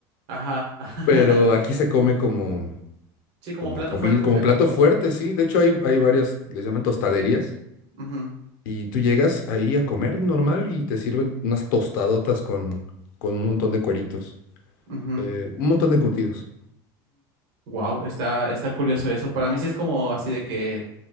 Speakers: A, on the right; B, on the left.
A: ajá. <laughs>
B: pero aquí se come como,
A: Sí, como
B: como
A: plato
B: comida,
A: fuerte,
B: como
A: o sea,
B: plato
A: como,
B: fuerte,
A: ajá.
B: sí. De hecho hay, hay varias, les llaman tostaderías
A: Ujú,
B: y tú llegas ahí a comer normal y te sirven unas tostadotas con, con un montón de cueritos,
A: ujú.
B: eh, un montón de encurtidos.
A: Wow, está, está curioso eso. Para mí sí es como así de que,